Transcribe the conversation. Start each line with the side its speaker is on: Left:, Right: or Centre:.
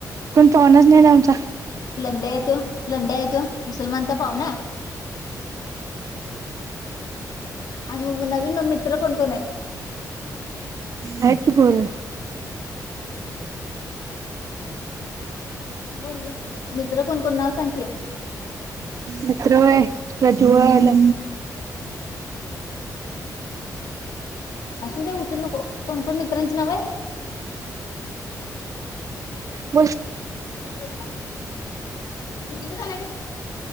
Right: कोण पाहुणाच नाही ना आमचा
Left: लंड्या येतो लंड्या येतो मुसलमानचा पाव ना. आणि म नवीन म मित्र कोण कोण हाईत.
Right: हायत की पोर.
Left: बोल मित्र कोण कोण नाव सांग.
Right: मित्र होई प्रज्वल
Left: हम्म. अून ते उचल नको कोण मित्रांची नाव आहे.
Right: म <unintelligible>
Left: ह <unintelligible> झा